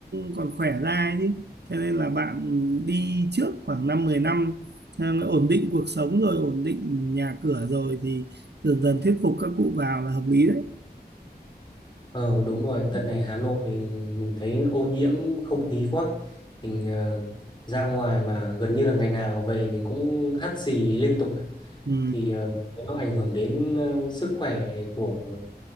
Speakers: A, on the right (about 80°); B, on the left (about 25°).
A: còn khỏe ra ấy chứ. Cho nên là bạn đi trước khoảng 5 10 năm ờ, ổn định cuộc sống rồi ổn định nhà cửa rồi thì dần dần thuyết phục các cụ vào là hợp lý đấy.
B: ờ đúng rồi đợt này Hà Nội mình thấy ô nhiễm không khí quá mình ờ, ra ngoài mà gần như là ngày nào về mình cũng hắt xì liên tục ấy.
A: Ừ.
B: thì ờ, nó ảnh hưởng đến ờ, sức khỏe của